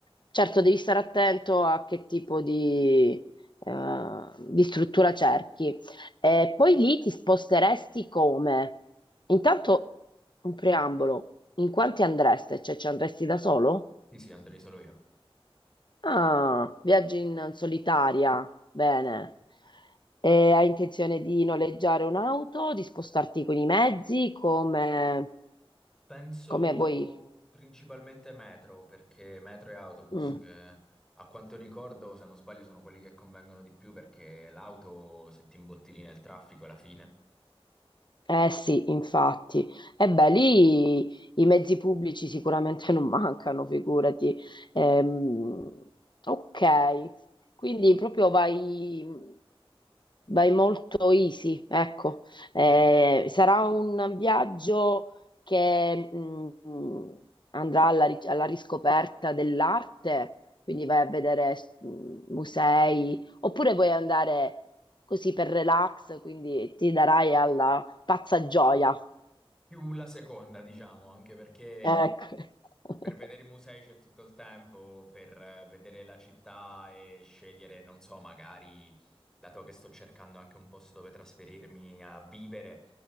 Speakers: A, on the left; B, in the centre.
A: Certo, devi stare attento a che tipo di, eh, di struttura cerchi. E poi lì ti sposteresti come? Intanto un preambolo, in quanti andreste? Cioè ci andresti da solo?
B: Sì, sì, andrei solo io.
A: Ah, viaggi in solitaria, bene.
B: Sì.
A: E hai intenzione di noleggiare un'auto, di spostarti con i mezzi, come,
B: Penso
A: come vuoi?
B: principalmente metro, perché metro e autobus,
A: Mm.
B: che a quanto ricordo, se non sbaglio, sono quelli che convengono di più, perché l'auto, se ti imbottigli nel traffico, è la fine.
A: Eh sì, infatti. E beh, lì i mezzi pubblici sicuramente <laughs> non mancano, figurati. Ehm, ok, quindi proprio vai. Vai molto easy, ecco. Eh,
B: Sì.
A: sarà un viaggio che mh, mh, andrà alla, ri- alla riscoperta dell'arte, quindi vai a vedere mh, musei, oppure vuoi andare così per relax, quindi ti darai alla pazza gioia.
B: Più la seconda, diciamo, anche perché
A: Ecco. <laughs>
B: Per vedere i musei c'è tutto il tempo, per eh, vedere la città e scegliere, non so, magari, dato che sto cercando anche un posto dove trasferirmi a vivere,